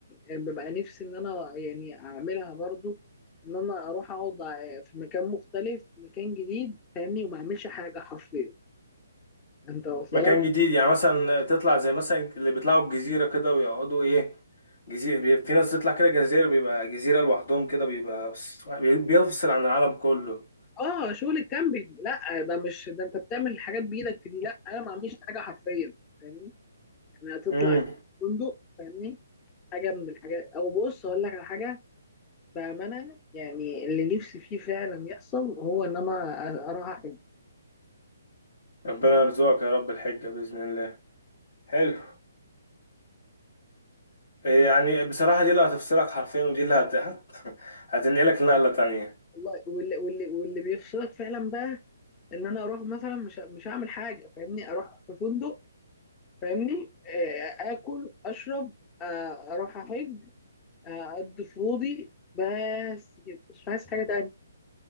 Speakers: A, on the left; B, on the left.
A: يعني ببقى نفسي ان انا يعني اعملها برضو ان انا اروح اقعد ع- في مكان مختلف مكان جديد فاهمني وما اعملش حاجه حرفيا انت واصله
B: مكان
A: لك
B: جديد يعني مثلا تطلع زي مثلا اللي بيطلعوا الجزيرة كده ويقعدوا ايه جزيرة بي- في ناس تطلع كده جزيرة بيبقى جزيرة لوحدهم كده بيبقى بس- بي- بيفصل عن العالم كله
A: اه شغل الكامبينج لا ده مش ده انت بتعمل حاجات بايدك في دي لا انا ما اعملش حاجه حرفيا فاهمني يعني هتطلع
B: امم
A: فندق فاهمني حاجه من الحاجات او بص اقول لك على حاجه بامانه يعني اللي نفسي فيه فعلا يحصل هو ان انا أ- اروح أحج.
B: ربنا يرزقك يا رب الحجة بإذن الله حلو إيه يعني بصراحة دي اللي هتفصلك حرفيا ودي اللي هت... هت... هتنقلك لنقلة تانية
A: والله واللي, واللي, واللي بيفصلك فعلا بقى ان انا اروح مثلا مش مش هعمل حاجه فاهمني اروح في فندق فاهمني آه، اكل اشرب آه، اروح احج آه، اقضي فروضي بس كده مش عايز حاجه تانية